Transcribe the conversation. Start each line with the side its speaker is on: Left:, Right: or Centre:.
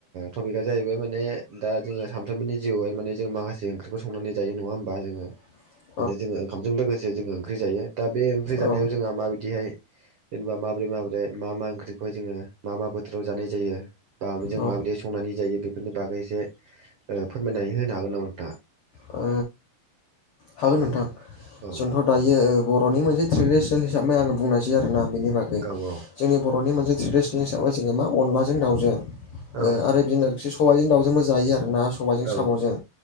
Right: टपिकआ जाहैबाय माने दा जोङो सानफ्रोमबोनि जिउआवहाय माने जों माखासे ओंख्रिखौ संनानै जायो नङा होमबा जोङो।
Left: <inaudible>
Right: माने जोंङो ओंखामजों लोगोसे जोंङो ओंख्रि जायो दा बे ओंख्रि जानायाव
Left: औ
Right: जोंहा माबायदिहाय जेनेबा माबोरै माबोरै मा मा ओंख्रिखौहाय जोंङो मा मा बोथोराव जानाय जायो। बा जों
Left: औ ओ
Right: मा बायदि संनानै जायो। बेफोरनि बागै एसे फोरमायनानै होनो हागोन नामा नोंथाङा।
Left: ओ हागोन
Right: औ
Left: नोंथां।
Right: औ
Left: जोंथ' दायो बर'नि मोनसे ट्रेडिसनेल हिसाबै आङो बुंनोसै आरोना बेनि बागै।
Right: औ औ
Left: जोंनि बर'नि मोनसे ट्रेडिसनेल हिसाबै जोङो मा अनलाजों दाउजों
Right: औ
Left: आरो। बिनोख सबाइजों दाउजोंबो जायो आरो ना सबाइजों
Right: औ
Left: साम'जों